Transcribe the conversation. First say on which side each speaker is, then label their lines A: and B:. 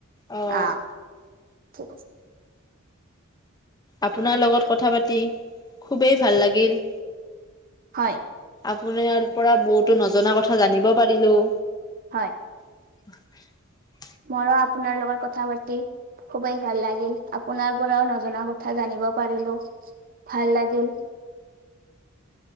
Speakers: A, on the left; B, on the right.
A: অ'।
B: আহ <unintelligible>
A: আপোনাৰ লগত কথা পাতি খুবেই ভাল লাগিল।
B: হয়।
A: আপোনাৰ পৰা বহুতো নজনা কথা জানিব পাৰিলোঁ।
B: হয়।
A: <unintelligible>
B: মৰো আপোনাৰ লগত কথা পাতি খুবেই ভাল লাগিল আপোনাৰ পৰাও নজনা কথা জানিব পাৰিলো। ভাল লাগিল।